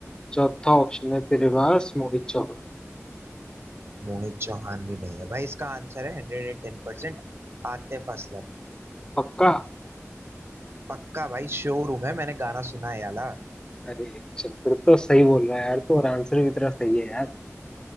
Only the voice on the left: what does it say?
चौथा ऑप्शन है तेरे पास मोहित चौहान
पक्का
अरे चल फिर तो सही बोल रहा है यार तो और आंसर भी तेरा सही है यार